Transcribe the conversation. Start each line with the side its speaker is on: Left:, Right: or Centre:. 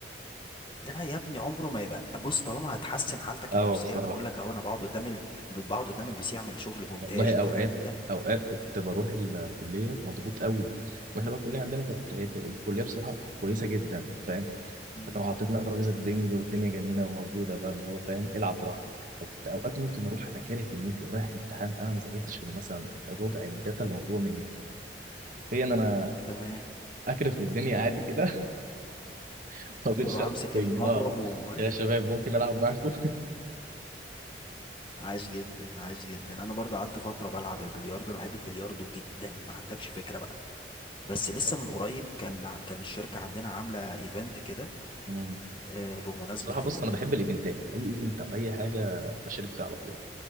Left: لا يا ابني عمره ما يبقى بص طالما هتحسن حالتك
Right: <laughs> اه
Left: النفسيه
Right: بصراحة
Left: انا بقول لك اهو انا بقعد قدام ال... بقعد قدام البي سي اعمل شغل مونتاج
Right: والله
Left: وكلام
Right: اوقات
Left: من ده
Right: اوقات كنت بروح الكلية مضغوط قوي واحنا بقى الكلية عندنا كانت هي كلية بصراحة كويسة جدا فاهم
Left: مم.
Right: فكانوا حاطين لنا ترابيزة بينج والدنيا جميلة وموجودة بقى اللي هو فاهم العب براحتك فكنت اوقات ممكن اروح انا كاره دنيتي ورايح امتحان انا ما ذاكرتش غير مثلا ربع الداتا اللي مطلوبة مني حرفيا انا
Left: تمام
Right: اكرف الدنيا عادي كده <laughs> ما كنتش
Left: واروح
Right: العب
Left: امسك
Right: بينج
Left: المضرب
Right: اه
Left: واعيد
Right: يا شباب ممكن العب معاكم
Left: عاش جدا عاش جدا انا برضو قعدت فتره بلعب البلياردو انا بحب البلياردو جدا ما عندكش فكره بقى بس لسه
Right: <laughs> يا رب.
Left: من قريب كان ع- كان الشركه عندنا عامله ايفنت كده
Right: امم
Left: آه، بمناسبه
Right: صراحة بص
Left: ال...
Right: أنا
Left: ال...
Right: بحب الإيفنتات أي إيفنت أو أي حاجة بشارك فيها على طول